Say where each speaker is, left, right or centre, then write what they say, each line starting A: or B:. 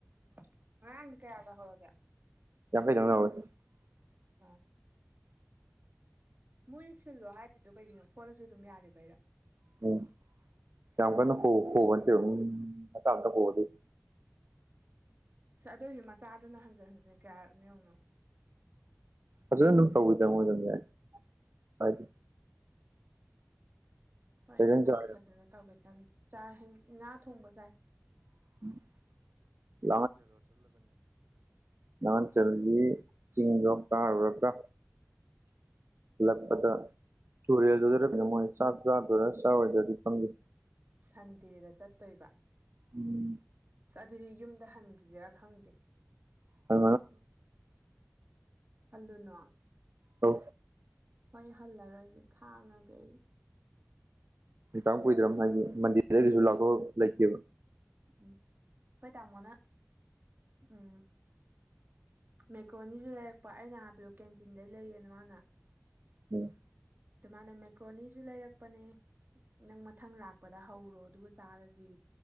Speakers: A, on the right (about 35°); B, on the right (about 50°).
A: <unintelligible>
B: <unintelligible>
A: ꯑ ꯃꯣꯏꯅ ꯁꯤꯜꯂꯣ ꯍꯥꯏꯗꯗꯣ ꯀꯩꯒꯤꯅꯣ ꯐꯣꯠꯂꯁꯨ ꯑꯗꯨꯝ ꯌꯥꯔꯕ ꯑꯩꯔ
B: ꯎꯝ <unintelligible>
A: ꯑꯁ ꯑꯗꯨꯏꯗꯤ ꯃꯆꯥꯗꯨꯅ ꯍꯟꯖꯤꯟ ꯍꯟꯖꯤꯟ ꯀꯌꯥ ꯅꯤꯌꯣꯅꯣ
B: ꯐꯖꯅ ꯑꯗꯨꯝ ꯇꯧꯕꯋꯤ ꯆꯃꯣꯏꯗꯅꯦ ꯍꯥꯏꯗꯤ
A: ꯍꯣꯏ
B: ꯀꯩꯖꯥꯡ
A: ꯅꯪꯅꯕꯨ
B: ꯆꯥꯔꯦ
A: ꯐꯖꯅ ꯇꯧꯒꯦ ꯈꯟ ꯆ ꯉꯥ ꯊꯣꯡꯕ ꯀꯥꯏ
B: <unintelligible> ꯅꯍꯥꯟ ꯁꯕꯖꯤ ꯆꯤꯡꯗꯣ ꯇꯥꯔꯨꯔꯀ ꯂꯛꯄꯗ ꯇꯨꯔꯦꯜ ꯃꯣꯏ ꯆꯥꯛ ꯆꯥꯗꯔ ꯆꯥꯗꯗꯤ ꯐꯪꯗ
A: ꯁꯟꯗꯦꯗ ꯆꯠꯇꯣꯏꯕ
B: ꯎꯝ
A: ꯑꯁ ꯑꯗꯨꯗꯤ ꯌꯨꯝꯗ ꯍꯟꯈꯤꯁꯤꯔꯥ ꯈꯪꯗꯦ
B: ꯑ
A: ꯍꯜꯂꯨꯅꯑꯣ
B: ꯑ
A: ꯍꯣꯏ ꯍꯜꯂꯔꯣꯏꯒꯦ ꯈꯥꯡꯉꯒꯦ ꯑꯩ
B: ꯇ ꯀꯨꯏꯗꯝ ꯍꯥꯏꯒꯦ ꯃꯟꯗꯤꯔꯗꯒꯤꯁꯨ ꯂꯥꯛꯄ ꯂꯩꯇꯦꯕ
A: ꯎꯝ ꯑꯩꯈꯣꯏ ꯇꯥꯃꯣꯅ ꯎꯝ ꯃꯦꯀ꯭ꯔꯣꯅꯤꯁꯨ ꯂꯩꯔꯛꯄ ꯑꯩꯅ ꯍꯥꯏꯄꯤꯌꯣ ꯀꯦꯟꯇꯤꯟꯗꯩ ꯂꯩꯌꯦꯅ ꯃꯥꯅ
B: ꯎꯝ
A: ꯑꯗꯨꯃꯥꯏꯅ ꯃꯦꯀ꯭ꯔꯣꯅꯤꯁꯨ ꯂꯩꯔꯛꯄꯅꯦ ꯅꯪ ꯃꯊꯪ ꯂꯥꯛꯄꯗ ꯍꯧꯔꯣ ꯑꯗꯨꯒ ꯆꯥꯔꯁꯤ